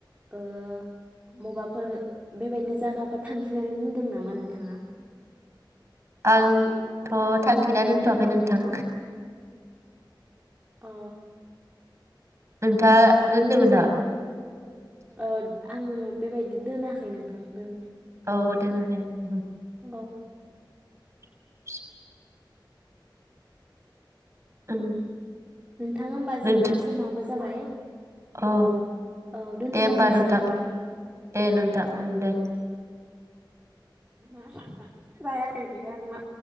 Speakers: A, on the right (about 15°); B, on the right (about 35°).
A: ओ मबाफोर बेबायदिनो जायगाफोर थांखिनानै दोनदों नामा नोंथाङा?
B: आंथ' थांखिना दोनथ'आखै नोंथां।
A: अ
B: नोंथाङा दोन्दोंमोन नामा?
A: ओ आं बेबायदि दोनाखै नोंथां। दोननाया
B: औ दोनाखै उम।
A: औ
B: <inaudible> ओं
A: नोंथां होमबा
B: नोंथ'
A: जोंना समाबो जाबाय।
B: औ
A: औ दोनथ'लायनोसै
B: दे होमबा नोंथां
A: नामा
B: दे नोंथां उम दे।
A: <inaudible> जायाखै गैया आंना